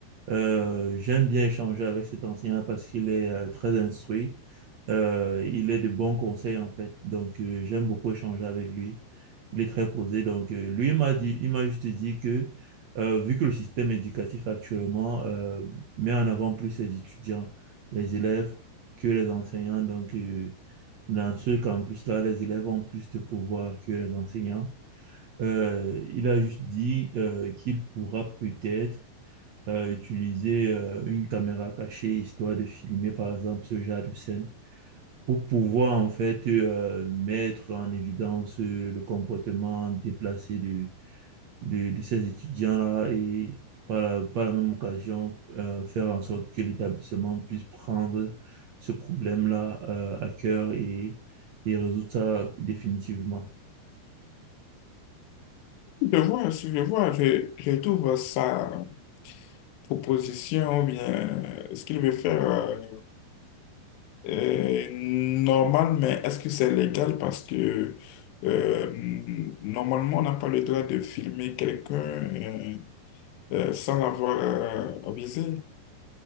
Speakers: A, on the right; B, on the left.
A: euh, j'aime bien échanger avec cet ancien parce qu'il est euh, très instruit, Euh, il est de bons conseils, en fait, donc euh, j'aime beaucoup échanger avec lui, il est très posé, donc euh, lui, il m'a dit, il m'a juste dit que, euh, vu que le système éducatif actuellement euh, met en avant plus les étudiants, les élèves, que les enseignants, donc... euh, dans ce campus-là, les élèves ont plus de pouvoir que les enseignants. Euh, il a juste dit euh, qu'il pourra peut-être euh, utiliser euh, une caméra cachée, histoire de filmer par exemple ce genre de scène, pour pouvoir en fait euh, mettre en évidence euh, le comportement déplacé de, de, de ces étudiants-là et par la, par la même occasion euh, faire en sorte que l'établissement puisse prendre ce problème-là euh, à cœur et, et résoudre ça définitivement.
B: je vois, si je vois, je, je trouve sa proposition ou bien euh, ce qu'il veut faire. euh, Euh, normal, mais est-ce que c'est légal? Parce que euh, normalement, on n'a pas le droit de filmer quelqu'un euh, euh, sans l'avoir euh, avisé.